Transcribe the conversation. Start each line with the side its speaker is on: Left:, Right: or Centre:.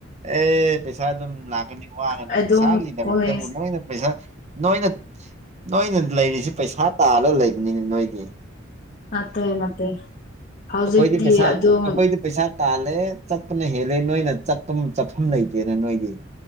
Right: ꯑꯦ ꯄꯩꯁꯥ ꯑꯗꯨꯝ ꯂꯥꯛꯀꯅꯤ ꯋꯥꯒꯅꯤ
Left: ꯑꯗꯨꯝ
Right: ꯄꯩꯁꯥꯒꯤꯗꯃꯛꯇꯕꯨ
Left: ꯀꯣꯂꯦꯖ
Right: ꯅꯣꯏꯅ ꯄꯩꯁꯥ ꯅꯣꯏꯅ ꯅꯣꯏꯅ ꯂꯩꯔꯤꯁꯤ ꯄꯩꯁꯥ ꯇꯥꯜꯂ ꯂꯩꯕꯅꯤꯅ ꯅꯣꯏꯒꯤ
Left: ꯃꯠꯇꯦ ꯅꯠꯇꯦ ꯍꯧꯖꯤꯛꯇꯤ
Right: ꯑꯩꯈꯣꯏꯗꯤ ꯄꯩꯁꯥ
Left: ꯑꯗꯨꯝ
Right: ꯑꯩꯈꯣꯏꯗꯤ ꯄꯩꯁꯥ ꯇꯥꯜꯂꯦ ꯆꯠꯄꯅ ꯍꯦꯜꯂꯦ ꯅꯣꯏꯅ ꯆꯠꯐꯝ ꯆꯠꯐꯝ ꯂꯩꯇꯦꯅ ꯅꯣꯏꯗꯤ